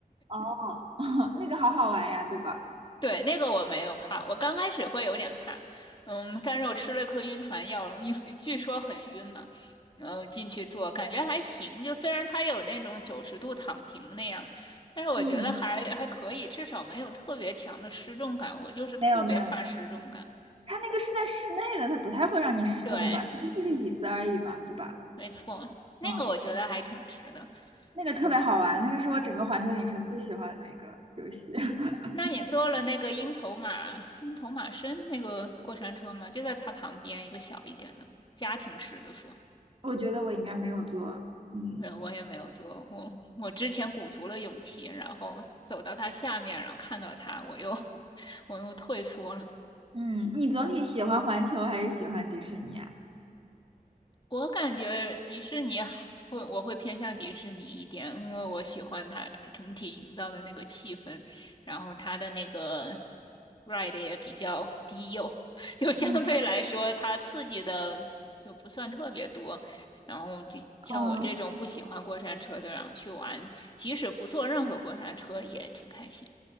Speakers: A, on the right; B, on the left.
A: 好哦，<laughs> 那个好好玩呀，对吧？
B: 对，那个我没有怕，我刚开始会有点怕，嗯，但是我吃了一颗晕船药，因为 <laughs> 据说很晕嘛，然后进去坐，感觉还行，就虽然它有那种九十度躺平那样，但是我觉得还还可以，
A: 嗯，
B: 至少没有特别强的失重感，我就是特别怕失重感，
A: 没有没有没有，它那个是在室内的，它不太会让你失重吧？
B: 对，
A: 它就是个椅子而已嘛，对吧？
B: 没错，那个我觉得还挺值的。
A: 嗯。那个特别好玩，
B: 嗯，
A: 那个是我整个环球影城最喜欢的一个游戏。<laughs>
B: 那你坐了那个鹰头马鹰头马身那个过山车吗？就在它旁边一个小一点的家庭式的说，
A: 我觉得我应该没有做。嗯
B: 对，我也没有坐，我我之前鼓足了勇气，然后走到它下面，然后看到它，我又 <laughs> 我又退缩了。
A: 嗯，你总体喜欢环球还是喜欢迪士尼啊？
B: 我感觉迪士尼好会，我会偏向迪士尼一点，因为我喜欢它整体营造的那个气氛，然后它的那个 ride 也比较低幼，<laughs> 就相对来说它刺激的又不算特别多。
A: 嗯
B: 然后就像我这种不喜欢过山车的，
A: 哦
B: 然后去玩，即使不坐任何过山车也挺开心。